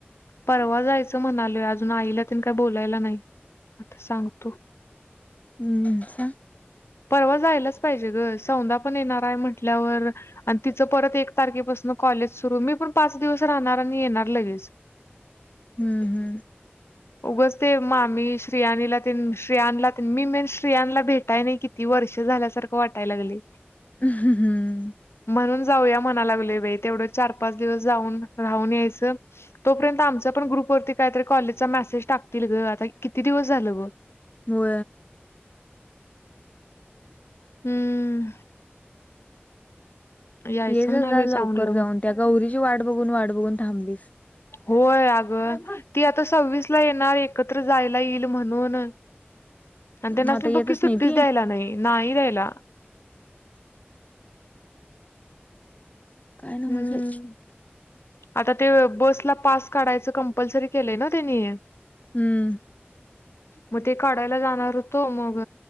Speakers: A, on the left; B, on the left.
A: परवा जायचं म्हणाल अजून आईला तनी काय बोलायला नाही आता सांगतो
B: हम्छ
A: परवा जायलाच पाहिजे ग सौदा पण येणार आहे म्हटल्यावर आणि तिचं परत एक तारखेपासून कॉलेज सुरू मी पण पाच दिवस राहणार आणि येणार लगेच
B: हम्म हम्म
A: उगच ते मामी श्रियाणीला श्रियांला मी मेन श्रियांला भेटाय नाही किती वर्ष झाल्यासारखं वाटायाला लागली
B: ह् हम्म
A: म्हणून जाऊन यावं म्हणते चार पाच दिवस राहून ऊन र तो पर्यंत आराम पण ग्रुप वरती काहीतरी कॉलेजचा मेसेज टाकतील ग आता किती दिवस झालं ग
B: हो
A: हम्म यायचं
B: येजा
A: म्हणालोय
B: लवकर
A: लावून.
B: जाऊन त्या गौरीची वाट बघून वाट बघून थांबलीस
A: होय अगं
B: हम्म
A: ती आता सव्वीस ला येणार एकत्र जायला येईल म्हणून आणि त्यांना
B: मग
A: अस
B: आता येतच
A: बकी सुट्टीच
B: नाही ती
A: द्यायला नाही नाही द्यायला
B: काय ना
A: हम्म
B: म्हझय
A: आता ते बसला पास काढायचं कंपल्सरी केलंय ना त्यांनी
B: हम्म
A: मग ते काढायला जाणार होतो मग